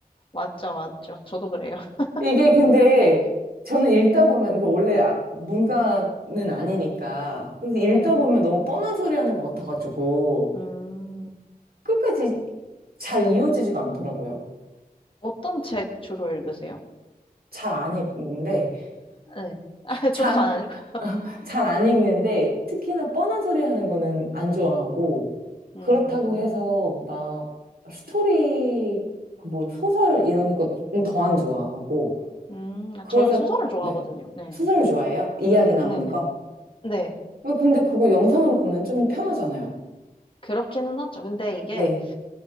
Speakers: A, on the left (about 35°); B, on the right (about 80°).
A: 맞죠, 맞죠. 저도 그래요. <laughs>
B: 이게 근데 저는 읽다 보면, 이게 원래 아- 문과는 아니니까. 그래서 읽다
A: 네.
B: 보면 너무 뻔한 소리 하는 것 같아가지고.
A: 음,
B: 끝까지 잘 이어지지가 않더라고요.
A: 어떤 책 주로 읽으세요?
B: 잘 안 읽는데.
A: 네. <laughs> 아,
B: 잘,
A: 저도 잘 안 읽어요.
B: <laughs> 잘 안 읽는데, 특히나 뻔한 소리 하는 거는 안 좋아하고,
A: 음,
B: 그렇다고 해서 막 스토리, 그뭐 소설 이런 것은 더 안 좋아하고,
A: 음, 아,
B: 그래서,
A: 저는 소설을 좋아하거든요.
B: 네,
A: 네.
B: 소설을 좋아해요. 이야기 나오는
A: 네네.
B: 거.
A: 네.
B: 어, 근데 그거 영상으로 보면 좀 편하잖아요.
A: 그렇기는 하죠. 근데 이게,
B: 네.